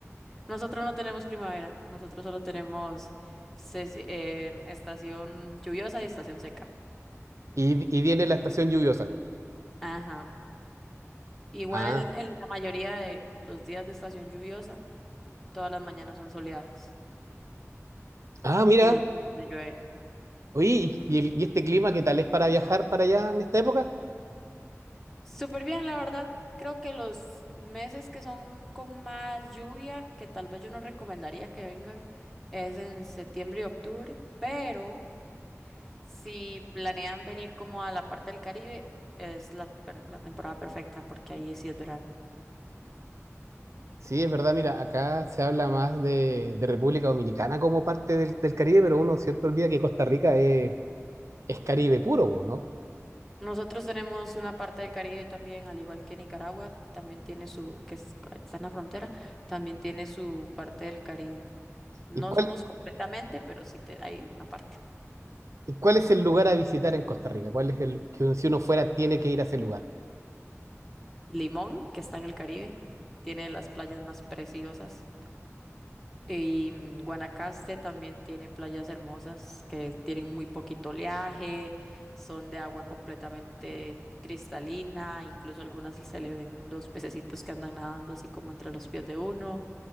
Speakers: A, in the centre; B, on the right.
A: Nosotros no tenemos primavera, nosotros solo tenemos ses- eh, estación lluviosa y estación seca.
B: Y, y viene la estación lluviosa.
A: Ajá. Igual
B: Ah,
A: en la mayoría de los días de estación lluviosa, todas las mañanas son soleadas
B: ah, mira.
A: y la tarde llueve.
B: Oye, ¿y, y el- y este clima qué tal es para viajar para allá en esta época?
A: Súper bien, la verdad. Creo que los meses que son con más lluvia, que tal vez yo no recomendaría que vengan, es en septiembre y octubre, pero si planean venir como a la parte del Caribe, es la, per- la temporada perfecta porque ahí sí es verano.
B: Sí, es verdad, mira, acá se habla más de, de República Dominicana como parte del, del Caribe, pero uno siempre olvida que Costa Rica es, es Caribe puro, ¿no?
A: Nosotros tenemos una parte del Caribe también, al igual que Nicaragua, también tiene su, que es- está en la frontera, también tiene su parte del Caribe. No
B: ¿Y cuál,
A: somos completamente, pero sí te- hay una parte.
B: y cuál es el lugar a visitar en Costa Rica? ¿Cuál es el que si uno fuera tiene que ir a ese lugar?
A: Limón, que está en el Caribe, tiene las playas más preciosas. Y mm, Guanacaste también tiene playas hermosas que tienen muy poquito oleaje, son de agua completamente cristalina, incluso algunas se le ven los pececitos que andan nadando así como entre los pies de uno.